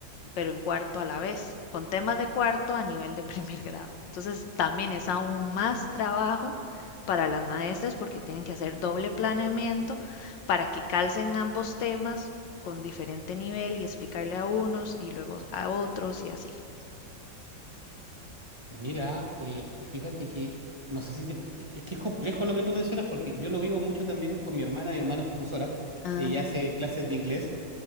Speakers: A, on the left; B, on the right.
A: pero en cuarto a la vez, con temas de cuarto a nivel de <laughs> primer grado. Entonces también es aún más trabajo para las maestras porque tienen que hacer doble planeamiento para que calcen ambos temas con diferente nivel y explicarle a unos y luego a otros y así.
B: Mira, eh, y fíjate que no sé si te. Es que es que es complejo lo que tú mencionas porque yo lo vivo mucho también con mi hermana. Mi hermana es profesora.
A: Ah,
B: Ella hace clases de inglés